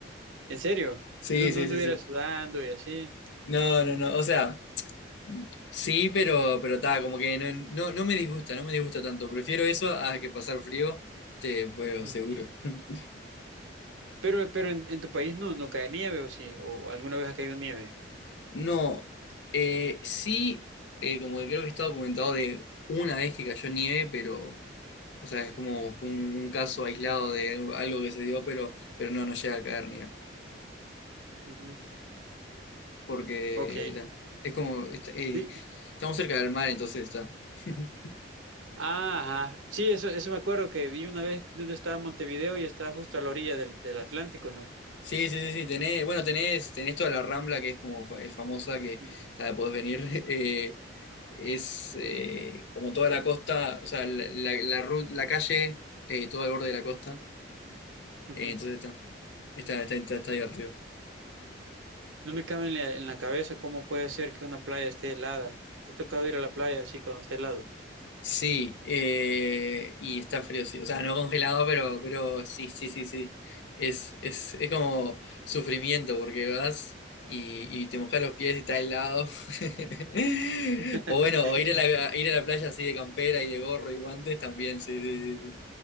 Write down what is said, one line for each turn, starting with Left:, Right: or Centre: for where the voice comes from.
Right: ¿En serio?
Left: Sí,
Right: No, no
Left: sí,
Right: anduviera
Left: sí, sí.
Right: sudando y así.
Left: No, no, no, o sea, sí, pero, pero está, como que no, no, no me disgusta, no me disgusta tanto. Prefiero eso a que pasar frío, te, pero
Right: Ujú.
Left: seguro. <laughs>
Right: Pero, pero en, en tu país no, no cae nieve o sí, o alguna vez ha caído nieve.
Left: No, eh, sí, eh, como que creo que está documentado de una vez que cayó nieve, pero, o sea, es como un, un caso aislado de algo que se dio, pero, pero no, no llega a caer nieve.
Right: Ujú.
Left: porque
Right: Ok.
Left: la- es como, est- eh,
Right: Sí,
Left: estamos cerca del mar, entonces está. <laughs>
Right: Ah, ajá. Sí, eso, eso me acuerdo que vi una vez donde estaba Montevideo y estaba justo a la orilla del, del Atlántico, ¿no?
Left: Sí, sí, sí, sí, tenés, bueno, tenés, tenés toda la Rambla que es como fa- es famosa, que
Right: Ujú,
Left: está, podés venir, <laughs> eh, es eh, como toda la costa, o sea, la, la, la ru- la calle, eh, todo al borde de la costa,
Right: ujú.
Left: eh, entonces está, está, está, está, está divertido.
Right: No me cabe en la, en la cabeza cómo puede ser que una playa esté helada. Te ha tocado ir a la playa así cuando esté helado.
Left: Sí, eh, y está frío, sí. O sea, no congelado, pero, pero sí, sí, sí, sí. Es, es, es como sufrimiento porque vas y, y te mojas los pies y está helado. <laughs>
Right: <laughs>
Left: O bueno, o ir a la, ir a la playa así de campera y de gorro y guantes también, sí, sí,